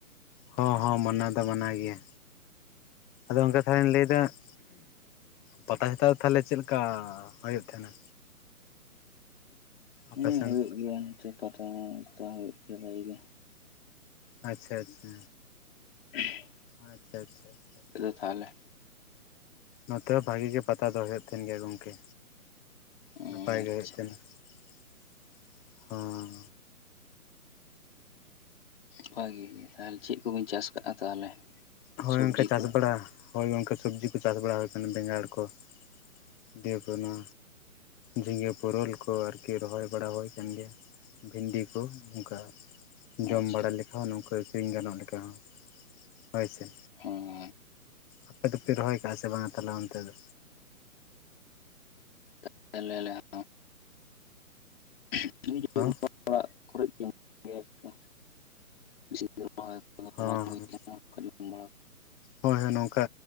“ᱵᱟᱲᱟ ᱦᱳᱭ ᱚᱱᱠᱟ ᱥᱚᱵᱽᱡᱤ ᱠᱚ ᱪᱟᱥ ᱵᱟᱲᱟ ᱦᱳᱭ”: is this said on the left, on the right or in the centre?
Centre